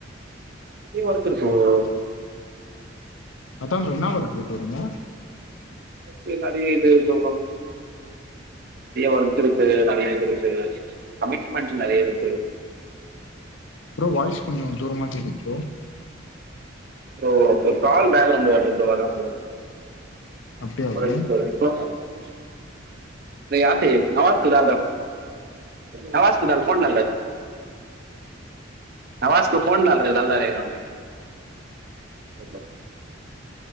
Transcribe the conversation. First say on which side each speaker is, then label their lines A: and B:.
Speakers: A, on the right; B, on the left.
A: நெறைய ஒர்க் இருக்கு ப்ரோ
B: அதா ப்ரோ என்னா ஒர்க்குக் போறீங்க
A: <unintelligible> நெறைய இது சொல்றோம் நெறைய ஒர்க் இருக்கு நெறைய இது இருக்கு கமிட்மெண்ட் நெறைய இருக்கு ம்
B: ப்ரோ வாய்ஸ் கொஞ்ஜோ தூரம் ஆ கேட்குது bro
A: oh okay call balance வந்து அதா ப்ரோ
B: அப்டியா
A: ஒரே
B: ப்ரோ
A: நிமிஷோ ஒரு நிமிஷோ ஆசி நவ குத நவஸ கு தால்ஃன் நவாஸ்க்கு ஃபோன் பண்றதுக்கு தாண்டாத கேக்க வந்தே இப்போ